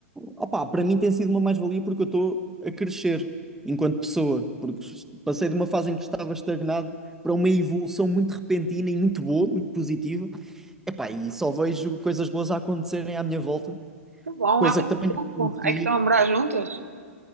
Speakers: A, in the centre; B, on the right.
A: opá, para mim tem sido uma mais-valia porque eu estou a crescer enquanto pessoa, porque passei de uma fase em que estava estagnado para uma evolução muito repentina e muito boa, muito positiva. Epá, e só vejo coisas boas a acontecerem à minha volta,
B: Que bom,
A: coisa
B: há quanto
A: que também
B: tempo
A: não acontecia.
B: é que estão a morar juntos?